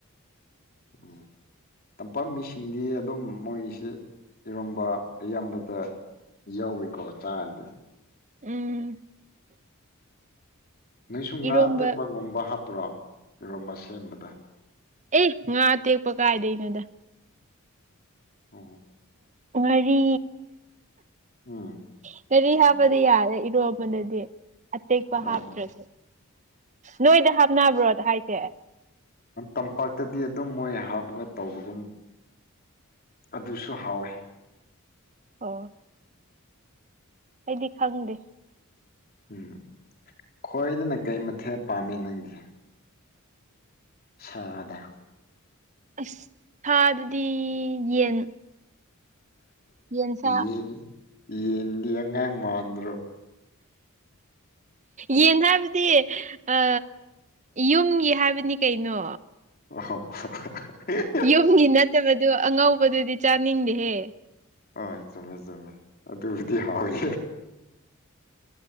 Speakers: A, on the left (about 45°); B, on the right (about 35°).
A: ꯎꯝ ꯇꯝꯄꯥꯛ ꯃꯤꯁꯤꯡꯗꯤ ꯑꯗꯨꯝ ꯃꯣꯏꯁꯦ ꯏꯔꯣꯝꯕ ꯑꯌꯥꯝꯕꯗ ꯌꯧꯏꯤꯀꯣ ꯆꯥꯔꯁꯦ
B: ꯎꯝ
A: ꯅꯨꯡꯁꯨꯝ ꯉꯥ
B: ꯏꯔꯣꯝꯕ
A: ꯑꯇꯦꯛꯄꯒꯨꯝꯕ ꯍꯥꯞꯄꯔꯣ ꯀꯒꯨꯝꯕ ꯁꯦꯝꯕꯗ
B: ꯑꯦ ꯉꯥ ꯇꯦꯛꯄ ꯀꯥꯏꯗꯩꯅꯣꯗ
A: ꯑꯣꯝ
B: ꯉꯥꯔꯤ
A: ꯎꯝ
B: ꯉꯔꯤ ꯍꯥꯞꯄꯗꯤ ꯌꯥꯔꯦ ꯏꯔꯣꯝꯕꯗꯗꯤ ꯑꯇꯦꯛꯄ
A: ꯑꯣ
B: ꯍꯥꯞꯇ꯭ꯔꯁꯨ ꯅꯣꯏꯗ ꯍꯥꯞꯅꯕ꯭ꯔꯣꯗ ꯍꯥꯏꯁꯦ
A: ꯇꯝꯄꯥꯛꯇꯗꯤ ꯑꯗꯨꯝ ꯃꯣꯏ ꯍꯥꯞꯄꯒ ꯇꯧꯕꯒꯨꯝ ꯑꯗꯨꯁꯨ ꯍꯥꯎꯋꯤ
B: ꯑꯣ ꯑꯩꯗꯤ ꯈꯪꯗꯦ
A: ꯎꯝ ꯈꯣꯏꯗꯅ ꯀꯩ ꯃꯊꯦꯜ ꯄꯥꯝꯃꯤ ꯅꯪꯗꯤ ꯁꯗ
B: ꯑꯁ ꯊꯥꯗꯨꯗꯤ ꯌꯦꯟ ꯌꯦꯟꯁꯥ
A: ꯌꯦꯟ ꯌꯦꯟꯗꯤ ꯑꯉꯥꯡ ꯃꯥꯟꯗ꯭ꯔꯣ <inaudible>
B: ꯌꯦꯟ ꯍꯥꯏꯕꯗꯤ ꯑ ꯌꯨꯝꯒꯤ ꯍꯥꯏꯕꯅꯤ ꯀꯩꯅꯣ
A: ꯑ
B: ꯌꯨꯝꯒꯤ ꯅꯠꯇꯕꯗꯨ ꯑꯉꯧꯕꯗꯨꯗꯤ ꯆꯥꯅꯤꯡꯗꯦꯍꯦ
A: ꯍꯣꯏ ꯆꯨꯝꯃꯦ ꯆꯨꯝꯃꯦ ꯑꯗꯨꯕꯨꯗꯤ ꯍꯥꯎꯏ